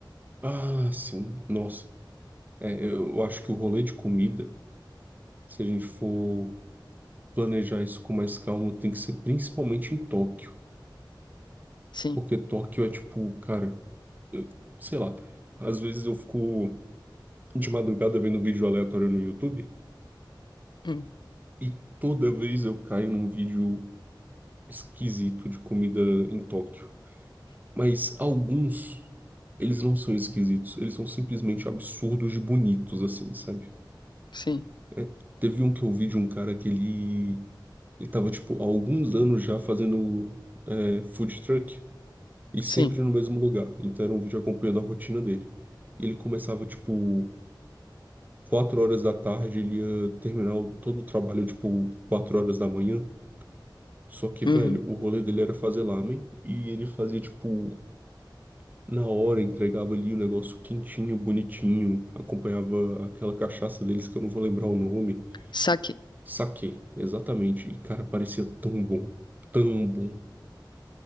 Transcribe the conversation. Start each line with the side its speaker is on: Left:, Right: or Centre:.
Right: Ah, sim. Nossa. É, eu eu acho que o rolê de comida. Se a gente for planejar isso com mais calma, tem que ser principalmente em Tóquio.
Left: Sim,
Right: Porque Tóquio é tipo, cara, eu- sei lá. Às vezes eu fico de madrugada vendo vídeo aleatório no YouTube
Left: hum,
Right: e toda vez eu caio num vídeo esquisito de comida em Tóquio. Mas alguns, eles não são esquisitos, eles são simplesmente absurdos de bonitos, assim, sabe?
Left: sim,
Right: É, teve um que eu vi de um cara que ele, ele tava, tipo, há alguns anos já fazendo é, food truck. e sempre
Left: sim.
Right: no mesmo lugar. Então era um vídeo acompanhando a rotina dele. Ele começava, tipo, quatro horas da tarde, ele ia terminar o- todo o trabalho, tipo, quatro horas da manhã. Só que, velho,
Left: Uhum.
Right: o rolê dele era fazer lamen e ele fazia, tipo, na hora, entregava ali o negócio quentinho, bonitinho, acompanhava aquela cachaça deles que eu não vou lembrar o nome.
Left: Saque.
Right: Saquê, exatamente. E, cara, parecia tão bom, tão bom.